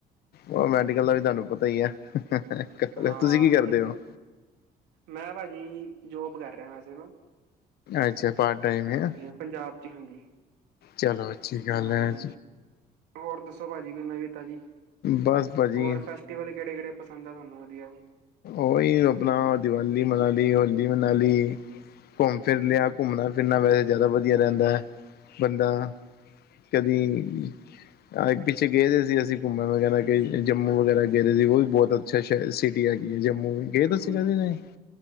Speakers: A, on the left; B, on the right.
A: ਔਹ ਮੈਡੀਕਲ ਦਾ ਵੀ ਤੁਹਾਨੂੰ ਪਤਾਂ ਹੀ ਐ, ਹਅ-ਹਅ
B: ਹਾਂ
A: ਤੁਸੀਂ ਕੀ ਕਰਦੇਂ ਹੋ।
B: ਮੈਂ ਭਾਜੀ ਜੋਬ ਕਰ ਰਿਹਾ ਵੈਸੇ ਨਾ
A: ਅੱਛਾ ਪਾਰਟ ਟਾਈਮ ਹੈ
B: ਹਾਂਜੀ ਹਾਂ, ਪੰਜਾਬ ਚ ਹਾਂਜੀ।
A: ਚਲੋ ਅੱਛੀ। ਗੱਲ
B: ਨਾ,
A: ਹੈ।
B: ਹਾਂਜੀ ਹੋਰ ਦੱਸੋ ਭਾਜੀ ਕੋਈ, ਨਵੀ ਤਾਜੀ
A: ਬਸ ਭਾਜੀ
B: ਹੋਰ ਫੈਸ ਟੀ ਵੱਲ ਕਿਹੜੇ -ਕਿਹੜੇ ਪਸੰਦ ਆ ਤੁਹਾਨੂੰ ਵਧੀਆਂ।
A: ਔਹੀ ਆਪਣਾਂ ਦੀਵਾਲ਼ੀ ਮਨਾਂ ਲਈ, ਹੋਲੀ ਮਨਾਂ ਲਈ। ਘੁੰਮ ਫਿਰ ਲਿਆ, ਘੁੰਮਣਾ ਫਿਰਨਾ ਵੈਸੇ ਜ਼ਿਆਦਾ ਵਧੀਆ ਰੈਂਦਾ ਬੰਦਾ ਕਦੀ ਈ ਹਾਂ ਪਿੱਛੇ ਗਏ ਤੇ ਸੀ ਅਸੀਂ ਘੁੰਮਣ ਵਗ਼ੈਰਾ, ਕਈ ਜੰਮੂ ਵਗ਼ੈਰਾ ਗਏ ਦੇ ਸੀ ਔਹੀ ਬਹੁਤ ਅੱਛਾ ਸ਼ਹਿ ਸਿਟੀ ਹੈਗੀ ਏ ਜੰਮੂ, ਗਏ ਤੁਸੀਂ
B: ਹੂੰ
A: ਕਦੇ ਨਹੀਂ।